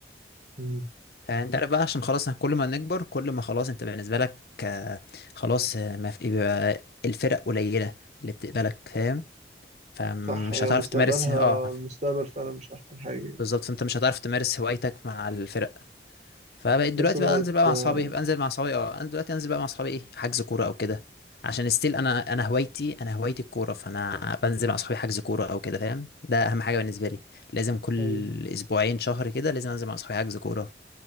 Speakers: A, on the right (about 40°); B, on the left (about 60°).
A: مم.
B: آه، أنت عارف بقى عشان خلاص كل ما نكبر كل ما خلاص أنت بالنسبة لك آه، خلاص آه، ما في بيبقى الفرق قليلة اللي بتقبلك فاهم فمش
A: صح هي
B: هتعرف
A: مستقبلها
B: تمارس اه
A: المستقبل فعلا مش احسن حاجه يعني.
B: بالظبط فأنت مش هتعرف تمارس هوايتك مع الفرق فبقيت
A: في
B: دلوقتي
A: نفس الوقت
B: بقى انزل بقى مع
A: آه،
B: اصحابي بنزل مع اصحابي اه انا دلوقتي انزل بقى مع اصحابي ايه حجز كوره او كده عشان ستيل انا انا هوايتي انا هوايتي الكوره فانا بنزل مع اصحابي حجز كوره او كده فاهم ده اهم حاجه بالنسبه لي لازم كل
A: ايوه
B: اسبوعين شهر كده لازم انزل مع اصحابي حجز كوره